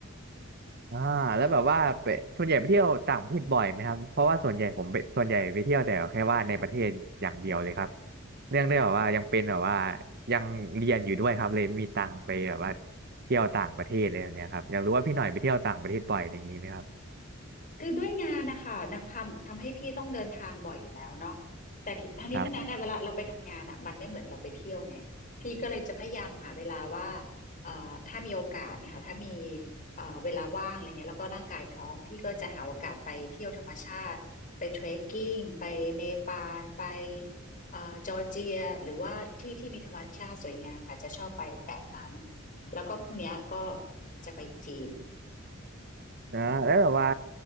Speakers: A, on the right (about 50°); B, on the left (about 40°).
A: อ่าแล้วแบบว่าไปส่วนใหญ่ไปเที่ยวต่างประเทศบ่อยไหมครับเพราะว่าส่วนใหญ่ผมไปส่วนใหญ่ไปเที่ยวแต่แค่ว่าในประเทศอย่างเดียวเลยครับเนื่องได้วแบบว่ายังเป็นแบบว่ายังเรียนอยู่ด้วยครับเลยไม่มีตังค์ไปแบบว่าเที่ยวต่างประเทศอลยแบบเนี้ยครับอยากรู้ว่าพี่หน่อยไปเที่ยวต่างประเทศบ่อยอะไรอย่างนี้ไหมครับ
B: คือด้วยงานนะคะนะทำทำให้พี่ต้องเดินทางบ่อยอยู่แล้วเนาะแต่ที่ทั้งนี้ทั้งนั้นเนี่ยเวลาเราไปทำงานอ่ะมันไม่เหมือนเราไปเที่ยวไงพี่ก็เลยจะพยายามหาเวลาว่า
A: ครับผม
B: เอ่อถ้ามีโอกาสเนี่ยค่ะถ้ามีเอ่อเวลาว่างอะไรเงี้ยแล้วก็ร่างกายพร้อมพี่ก็จะหาโอกาสไปเที่ยวธรรมชาติไปเทรคกิ้งไปเนปาลไปเอ่อจอร์เจียหรือว่าที่ที่มีธรรมชาติสวยงามค่ะจะชอบไปแบบนั้นแล้วก็พรุ่งเนี้ยก็จะไปจีน
A: อ่าแล้วแบบว่า